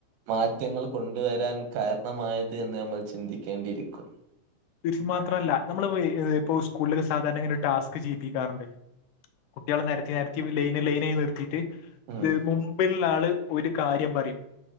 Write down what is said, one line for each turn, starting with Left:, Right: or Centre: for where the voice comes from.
Right: മാറ്റങ്ങൾ കൊണ്ടുവരാൻ കാരണമായത് എന്ന് നമ്മൾ ചിന്തിക്കേണ്ടിയിരിക്കുന്നു.
Left: തീർച്ച മാത്രല്ല നമ്മള് ഇപ്പോ സ്കൂളിലെ സാധാരണ ഇങ്ങനെ ഒരു ടാസ്ക് ചെയ്യിപ്പിക്കാറുണ്ട്. കുട്ട്യോള നെരത്തി, നെരത്തി ലൈന്, ലൈനായി നിർത്തിയിട്ട്
Right: ഉം
Left: ത് മുമ്പിള്ള ആള് ഒരു കാര്യം പറയും